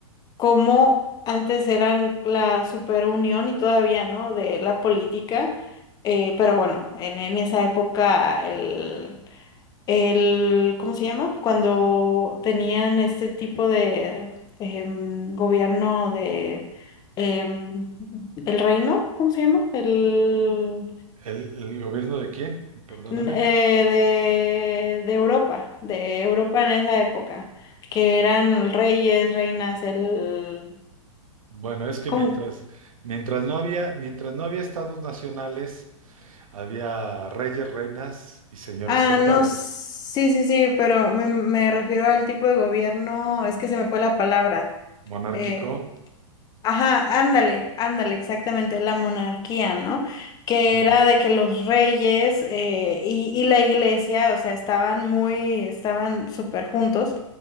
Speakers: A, on the left; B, on the right.
A: como antes eran la superunión y todavía, ¿no? De la política eh, pero bueno, en, en esa época el, el, ¿cómo se llama? Cuando tenían este tipo de em, gobierno de em, el reino, ¿cómo se llama? El
B: ¿El, el gobierno de quién? Perdóname.
A: n- eh, de, de Europa, de Europa en esa época, que eran reyes, reinas, el,
B: Bueno, es que
A: ¿cómo?
B: mientras, mientras no había, mientras no había estados nacionales, había reyes, reinas y señores
A: Ah,
B: feudales.
A: no, sí, sí, sí, pero me, me refiero al tipo de gobierno, es que se me fue la palabra.
B: Monárquico,
A: eh, ajá, ándale, ándale, exactamente, la monarquía, ¿no? Que
B: sí.
A: era de que los reyes eh, y, y la iglesia, o sea, estaban muy, estaban súper juntos.